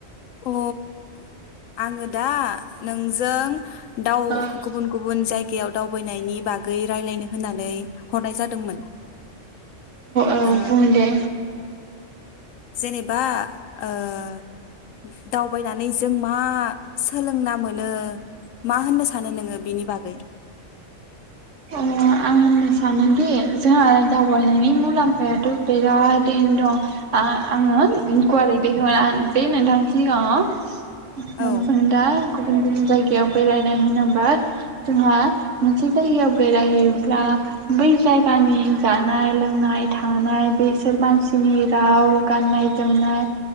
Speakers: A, on the left; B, on the right.
A: अ आङो दा नोंजों दाउ
B: औ
A: गुबुन गुबुन जायग कायाव दावबायनायनि बागै रायज्लायनो होननानै हरनाय जादोंमोन।
B: औ
A: ओ
B: बुं दे।
A: जेनेबा ओ। दावबायनानै जों मा मा सोलोंना मोनो मा होननो सानो नोङो बिनि बागै?
B: ओ आं सानो दि जोंहा दावबायनायनि मुलाम्फायाथ' बिराद <unintelligible> आङो गुवारै बेखेवना होनोसै नोंथांनि सिगाङाव
A: औ
B: <unintelligible> दा गुबुन गुबुन जायगा <unintelligible> बेरायनाय होनोबा जोंहा मोनसे जायगायाव बेरायहैब्ला बै जायगानि जानाय, लोंनाय, थानाय, बेसोर मानसिनि राव गाननाय जोमनाय